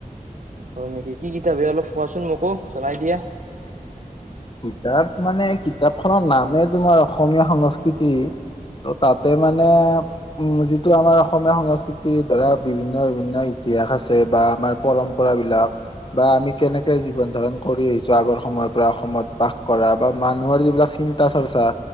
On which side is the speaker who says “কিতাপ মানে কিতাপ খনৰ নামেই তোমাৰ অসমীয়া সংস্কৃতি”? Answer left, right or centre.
Left